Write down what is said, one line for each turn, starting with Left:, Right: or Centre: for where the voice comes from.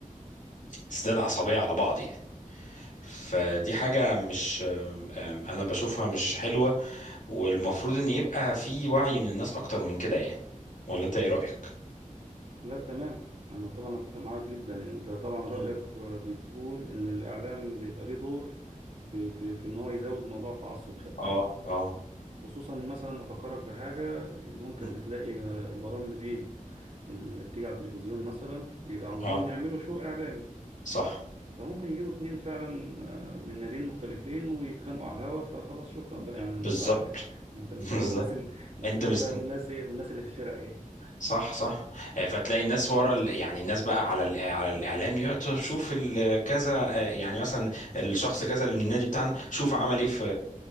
Left: تزداد عصبية على بعض يعني فدي حاجة مش آم، آم، انا بشوفها مش حلوة والمفروض ان يبقى في وعي من الناس اكتر من كده يعني ولا انت ايه رأيك؟
Right: لا تمام انا طبعا اتفق معاك جدا انت طبعا رايك
Left: مم.
Right: بتقول ان الاعلام بيبقى ليه دور في في في ان هو يزود موضوع التعصب ده
Left: اه اه
Right: خصوصا مثلا افكرك بحاجه ممكن
Left: مم.
Right: بتلاقي آه، البرامج دي اللي بتيجي على التلفزيون مثلا بيبقى عاوزين
Left: اه
Right: يعملوا شو اعلامي
Left: صح
Right: فممكن يجيبوا اتنين فعلا آه، من ناديين مختلفين ويتخانقوا على الهوا فخلاص شكرا بقى يعني
Left: بالظبط
Right: انت ع- <laughs> انت مستني
Left: <laughs> بالظبط
Right: من الناس ال... مستني
Left: انت مست...
Right: بقى من الناس ايه من الناس اللي في الشارع ايه
Left: صح صح آه، فتلاقي الناس ورا ال... يعني الناس بقى على ال... على الاعلام يقعد تشوف ال... كذا آه، يعني مثلا الشخص كذا اللي من النادي بتاعنا شوف عمل ايه في